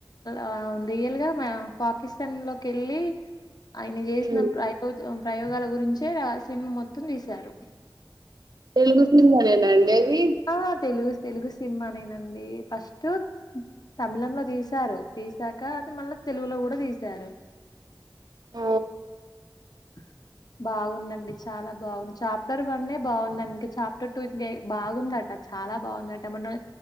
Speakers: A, on the left (about 60°); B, on the right (about 60°).
A: ఆ రియల్ గా మ పాకిస్తాన్ లోకి వెళ్ళి ఆయన చేసిన
B: ఉమ్
A: ప్రయోజ ప్రయోగాల గురించే సినిమా మొత్తం తీశారు
B: తెలుగు సినిమా నేనా అండి అది
A: ఆ తెలుగు సి తెలుగు సినిమా నేనండి ఫస్ట్ తమిళంలో తీశారు తీసాక అది మళ్ళా తెలుగులో కూడా తీసారు
B: ఊ
A: <inaudible> బాగుందండి చాలా బాగుంది చాప్టర్ వన్నె బాగుందడి ఇంకా చాప్టర్ టూ ఇంక బాగుందట చాలా బాగుందట మొన్న